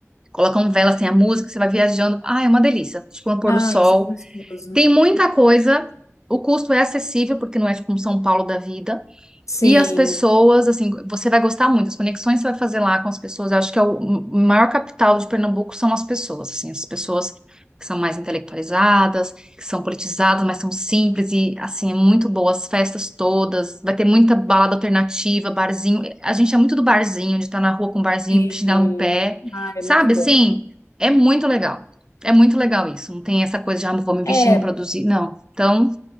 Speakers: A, on the right; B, on the left.
A: Colocam velas, tem a música, você vai viajando. Ah, é uma delícia. Tipo, no pôr
B: Ah,
A: do sol.
B: isso é gostoso.
A: Tem muita coisa. O custo é acessível, porque não é tipo um São Paulo da vida.
B: Sim,
A: E as pessoas, assim, você vai gostar muito. As conexões que você vai fazer lá com as pessoas, eu acho que é o o maior capital de Pernambuco são as pessoas, assim, as pessoas que são mais intelectualizadas, que são politizadas, mas são simples e, assim, é muito boa. As festas todas, vai ter muita balada alternativa, barzinho. A gente é muito do barzinho, de estar na rua com um barzinho,
B: sim.
A: chinelo no pé,
B: Ah, é
A: sabe?
B: muito bom.
A: Assim, é muito legal. É muito legal isso. Não tem essa coisa de, ah, vou me vestir,
B: É,
A: me produzir. Não. Então,